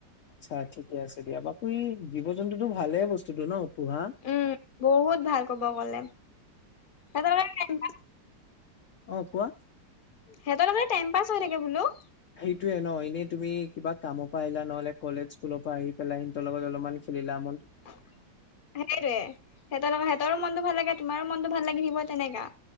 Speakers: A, on the left (about 60°); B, on the left (about 35°).
A: আচ্ছা ঠিকে আছে দিয়া, বাপু ই জীৱ জন্তুতো ভালে বস্তুতটো ন পোহা।
B: উম বহুত ভাল কব গলে সিহৰ।
A: অঁ কোৱা?
B: সিহঁতৰ টাইম পাছ হৈ থাকে বোলো।
A: সেইটোয়ে ন এনেই তুমি কিবা কামৰ পৰা আহিলা নহলে কলেজ স্কুলৰ পৰা আহি পেলাই সিহতৰ লগত অলপমান খেলিলাম।
B: সেইটয়ে সিহতৰ লগত। সিহঁতৰো মনতটো ভাল লাগে তোমাৰো মনতটো ভাল লাগি থিব তেনেকা।